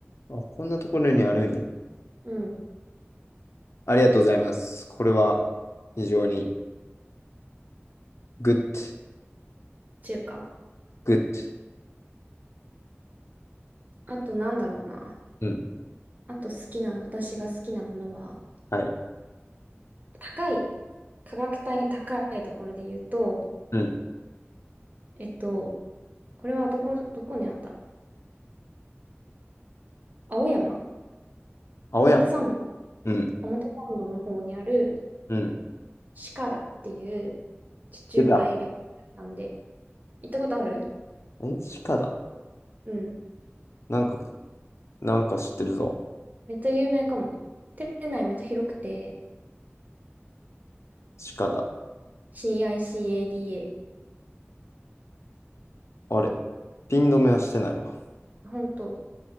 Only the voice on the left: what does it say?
う。あ、こんなところにあるんや。
ありがとうございます。これは、非常に、グッド、
グッ
ド。うん。
はい。
うん。
青山。
うん。
うん。
出た。
え、鹿だ。
なんかなんか知ってるぞ。
鹿だ。
あれ、ピン止めはしてないわ。